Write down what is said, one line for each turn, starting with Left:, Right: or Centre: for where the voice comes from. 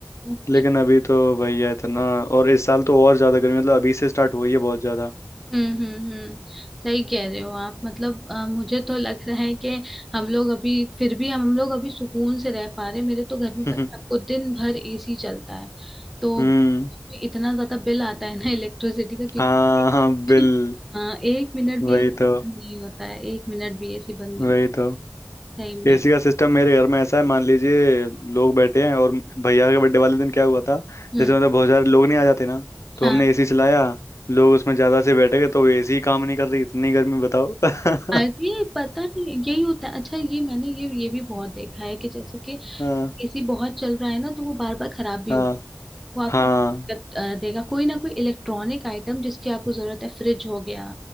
Centre: ओके
Left: लेकिन अभी तो भैया इतना और इस साल तो और ज्यादा गर्मी मतलब अभी से स्टार्ट हुई है बहुत ज्यादा
Centre: हम्म हम्म हम्म। सही कह रहे हो आप मतलब अ, मुझे तो लग रहा है कि हम लोग अभी फिर भी हम लोग अभी सुकून से रह पा रहे मेरे तो घर
Left: <laughs>
Centre: में पता है आपको दिन भर एसी चलता है तो
Left: हम्म
Centre: इतना ज्यादा बिल आता है ना इलेक्ट्रिसिटी का क्योंकि
Left: हाँ हाँ बिल
Centre: हाँ एक मिनट
Left: वही
Centre: भी AC बंद
Left: तो
Centre: नहीं होता है एक मिनट भी एसी बंद नहीं
Left: वही
Centre: होता
Left: तो
Centre: सही में
Left: एसी का सिस्टम मेरे घर में ऐसा है मान लीजिए लोग बैठे हैं और भैया के बर्थडे वाले दिन क्या हुआ था
Centre: हम्म
Left: जैसे मतलब बहुत सारे लोग नहीं आ जाते ना तो
Centre: हाँ
Left: हमने एसी चलाया लोग उसमें ज्यादा से बैठ गए तो एसी काम नहीं कर रही इतनी गर्मी बताओ <laughs>
Centre: अरे पता नहीं यही होता है अच्छा ये मैंने ये ये भी बहुत देखा है कि जैसे कि
Left: हाँ
Centre: एसी बहुत चल रहा है ना तो वो बार बार खराब भी
Left: हाँ
Centre: हो वो आपको
Left: हाँ
Centre: दिक्कत, अ, देगा कोई ना कोई इलेक्ट्रॉनिक आइटम जिसकी आपको जरूरत है फ्रिज हो गया